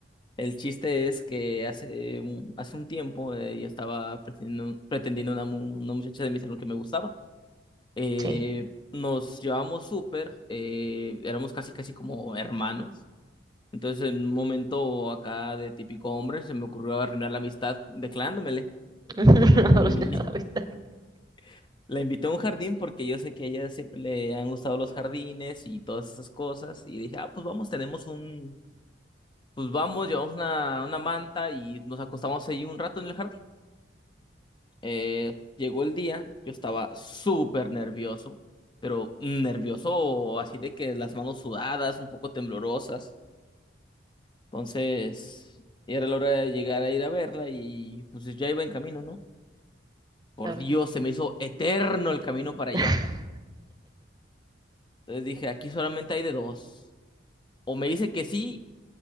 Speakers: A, on the left; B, on the right.
A: el chiste es que hace, un- hace un tiempo eh, yo estaba pretendiendo, pretendiendo una, mu- una muchacha de mi salón que me gustaba. Eh,
B: sí.
A: nos llevamos súper, eh, éramos casi casi como hermanos. Entonces, en un momento acá de típico hombre, se me ocurrió arruinar la amistad declarándomele.
B: <laughs> Arruinar
A: Y
B: la vista,
A: <laughs> la invité a un jardín porque yo sé que a ella siempre le han gustado los jardines y todas esas cosas. Y dije, ah, pues vamos, tenemos un, pues vamos, llevamos una, una manta y nos acostamos ahí un rato en el jardín. Eh, llegó el día, yo estaba súper nervioso, pero nervioso así de que las manos sudadas, un poco temblorosas. Entonces, era la hora de llegar a ir a verla y pues ya iba en camino, ¿no? Por
B: claro.
A: Dios, se me hizo eterno el camino para allá.
B: <laughs>
A: Entonces dije, aquí solamente hay de dos. O me dice que sí